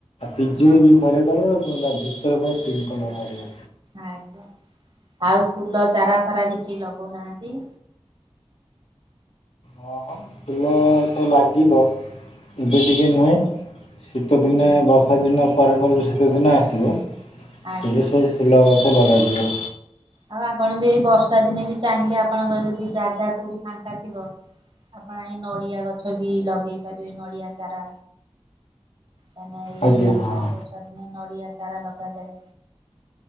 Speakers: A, on the left; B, on the right.
A: ପିଜୁଳି
B: ଆଜ୍ଞା
A: ବି ଖଇରା କଲର ତା ଭିତର ପୁରା ପିଙ୍କ କଳର ବାହାରିବ
B: ଆଜ୍ଞା ଆଉ ଫୁଲ ଚାରା ଫାରା କିଛି ଲଗଉନାହାନ୍ତି।
A: ହଁ ହଁ ଫୁଲ ତ ଲାଗିବ ଏବେ ଟିକେ ନୁହେଁ ଶୀତ ଦିନେ ବର୍ଷା ଦିନ ପରେ ପରେ ଯଉ ଶୀତ ଦିନ ଆସିବ ସେବେ
B: ଆଜ୍ଞା
A: ସବୁ ଫୁଲ ଗଛ ଲଗାଯିବ
B: ଆଉ ଆପଣ ବି ଏଇ ବର୍ଷା ଦିନେ ବି ଚାହିଁଲେ ଆପଣଙ୍କର ଯଦି ଜାଗା କୋଉଠି ଫାଙ୍କା ଥିବ ଆପଣ ଆଣି ନଡିଆ ଗଛ ବି ଲଗେଇ ପାରିବେ ନଡ଼ିଆ ଚାରା କାଇକିନ ଏଇ
A: ଆଜ୍ଞା ହଁ
B: ବର୍ଷା ଦିନେ ନଡ଼ିଆ ଚାରା ଲଗାଯାଏ।